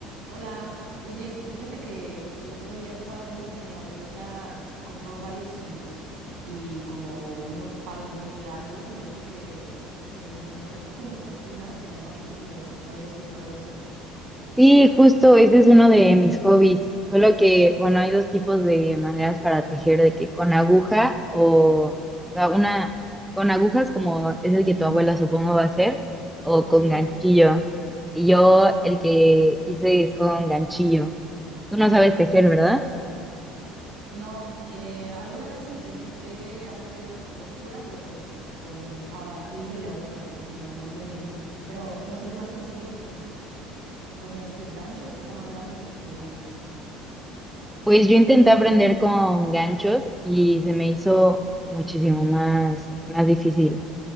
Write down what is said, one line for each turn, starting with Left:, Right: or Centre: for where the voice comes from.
Right: Hola, oye, fíjate que el otro día estaba viendo que mi abuelita compró varios hilos y como unos palos muy largos, me dijo que, que no es como costura, se llama tejido. ¿Había escuchado eso?
Centre: Sí, justo, ese es uno de mis hobbies. Solo que, bueno, hay dos tipos de maneras para tejer, de que con aguja o, o sea, una, con agujas como es el que tu abuela supongo va a hacer, o con
Right: Sí.
Centre: ganchillo. Y yo el que hice es con ganchillo. Tú no sabes tejer, ¿verdad?
Right: No, eh, alguna vez intenté hacer costura, pero pues con ah, hilo y aguja, entonces no, no es lo mismo. Pero no sé, es más sencillo con, con estos ganchos que están más grandes, pues más difícil.
Centre: Pues yo intenté aprender con ganchos y se me hizo muchísimo más, más difícil.